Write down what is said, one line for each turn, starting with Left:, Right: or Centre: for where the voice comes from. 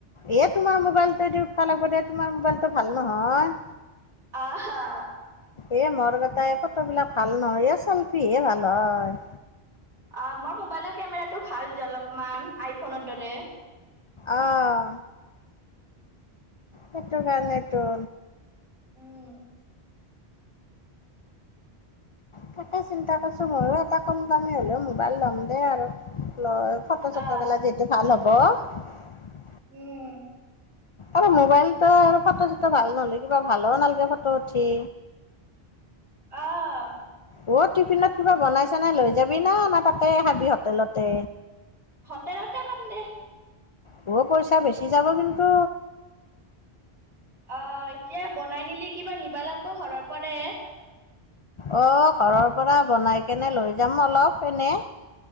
Left: ইয়াত তোমাৰ মোবাইলটো দি উঠবা লাগবো দে তোমাৰ মোবাইলটো ভাল নহয়
Right: অঁহ হা
Left: এ মোৰ গটাই এই ফটো বিলাক ভাল নহয় এই চেলফি হে ভাল হয়
Right: অ মোৰ মোবাইলৰ কেমেৰাটো ভাল যে অলপমান আইফোনৰ দৰে
Left: অহঁ সেইটো কাৰণে টো
Right: উম
Left: তাকে চিন্তা কৰিছো ময়ো এটা কম দামী হ'লেও মোবাইল ল'ম দে আৰু লয় ফটো চটো
Right: আহ
Left: গিলা যিহেতু ভাল হ'ব <unintelligible>
Right: উম
Left: আৰু মোবাইলতো আৰু ফটো চটো ভাল নহলে কিবা ভালও নালাগে ফটো উঠি
Right: অ
Left: অ টিফিনত কিবা বনাই চনাই লৈ যাবি না তাতেই খাবি হোটেলতে
Right: হোটেলতে খাম দে।
Left: ব পইচা বেচি যাব কিন্তু।
Right: অহ এতিয়া বনাই নিলি কিবা নিবা লাগিব ঘৰৰ পৰে
Left: অ ঘৰৰ পৰা বনাই কেনে লৈ যাম অলপ এনে।